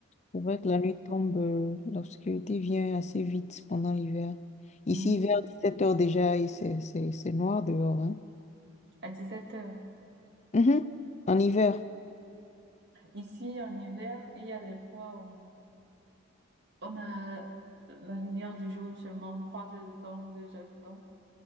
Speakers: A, on the left (about 35°); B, on the right (about 55°).
A: C'est vrai que la nuit tombe, euh, l'obscurité vient assez vite pendant l'hiver. Ici,
B: Mm.
A: vers dix-sept heures déjà, et c'est c'est- c'est noir dehors. hein.
B: À 17 heures.
A: Mhm, En hiver.
B: Ici, en hiver, il y a des fois où on a la lumière du jour seulement 3 heures de temps, 2 heures de temps.